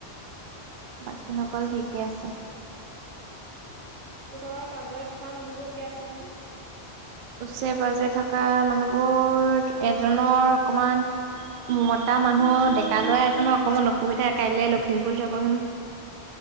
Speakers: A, on the right; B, on the right.
A: বাকীসকল ঠিকে আছে।
B: ওচৰ-পাজৰে থকা মানুহবোৰ ঠিকে আছে নহয়?
A: ওচৰে-পাজৰে থকা মানুহবোৰ, এজনৰ অকমান মতা মানুহ, ডেকা ল'ৰা এজনৰ অকণমান অসুবিধা। কাইলৈ লখিমপুৰ যাব হেনোঁ।